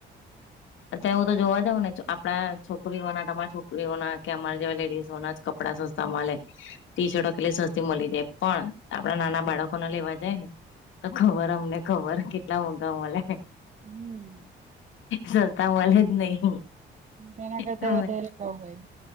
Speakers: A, on the left; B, on the right.
A: અત્યારે હું તો જોવા જઉં ને આપણા છોકરીઓના તમારા છોકરીઓના કે અમારા જેવા લેડીઝોના. કપડા સસ્તા મલે. ટીશર્ટ એટલી સસ્તી મળી જાય પણ આપડા નાના બાળકો ના લેવા જાય ને. તો ખબર અમને ખબર કેટલા મોટા મળે.
B: હમ્મ.
A: સસ્તા મલે જ નહી.
B: તેના કરતા
A: હ
B: વધારે ભાવ હોય.